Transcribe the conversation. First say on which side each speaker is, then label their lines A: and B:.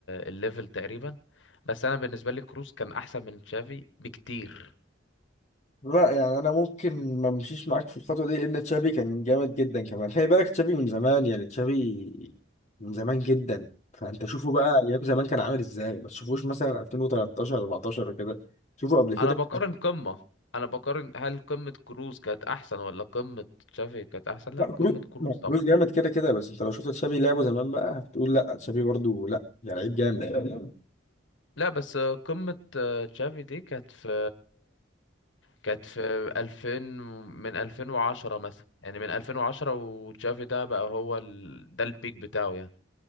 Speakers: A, on the left; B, on the left.
A: الليفل تقريبا بس انا بالنسبه لي كروس كان احسن من تشافي بكتير
B: لا يعني انا ممكن ما امشيش معاك في الخطوه دي لان تشافي كان جامد جدا كمان خلي بالك تشافي من زمان يعني تشافي من زمان جدا فانت شوفه بقى ايام زمان كان عامل ازاي ما تشوفوش مثلا 2013 14 كده شوفوا قبل كده
A: انا بقارن قمة انا بقارن هل قمة كروز كانت احسن ولا قمة تشافي كانت احسن لا
B: لا كروس
A: قمة كروز
B: لا،
A: طبعا
B: كروس جامد كده كده بس انت لو شفت تشافي لعبه زمان بقى هتقول لا تشافي برضو لا ده لعيب جامد
A: لا بس آه، قمة آه، تشافي دي كانت في كانت في 2000 من 2010 مثلا يعني من 2010 وتشافي ده بقى هو ال... ده البيك بتاعه يعني